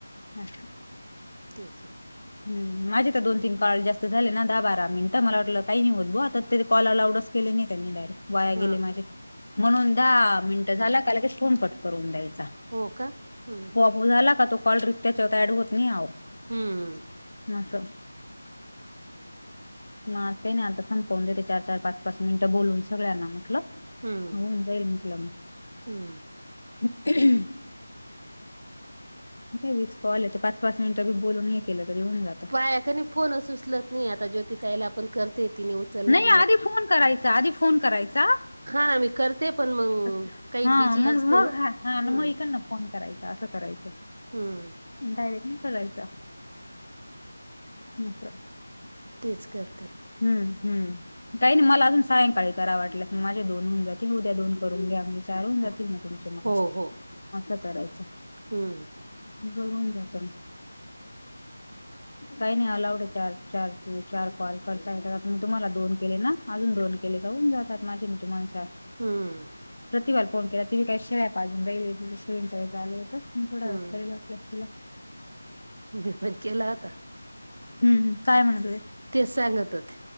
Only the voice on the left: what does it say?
हम
हं माझे तर दोन तीन काॅल जास्त झाले ना दहा बारा मिनिटं मला वाटलं काही नाही होत ब आता त ते कॉल अलाउड असं केले नाई त्यानी डायरेक्ट वाया
गेले माझे म्हणून दहा मिनटं झाला का लगेच फोन कट करून द्यायचा
हो झाला का तो कॉल रि त्याच्यात ऍड होत नाही अव
अस मा त्याने संपवून देते चार चार पाच पाच मिनिटं बोलून सगळ्यांना म्हटलं
होऊन जाईल म्हंटल मग
<unintelligible> किती वीस कॉल याचे पाच पाच मिनिट बोलून हे केलं तरी होऊन जात.
नाही आधी फोन करायचा आधी फोन करायचा
<inaudible>
हा
मग
मग
ह हा
मग इकांना फोन करायच असं करायचं
डायरेक्ट नाय करायचा आसं
हम्म हम्म काही नाही मला अजून सायंकाळी करा वाटल्यास माझे दोन होऊन जातील उद्या दोन करून घ्या चार होऊन
जातील तुमचे मला
असं करायचं
<unintelligible> जायच मग काही नाही अलाउड आहे चार चार चार कॉल. करताय का अजून तुम्हाला दोन केले ना अजून दोन केलेत होऊन जातात माझे ना तुम्हाला चार
प्रतिभाला फोन केला ती मी काय शेळ्या पाजून राहीली शेळीं व आललं होतं मग थोडा
<unintelligible> केला
हम्म हम्म काय म्हणत होते?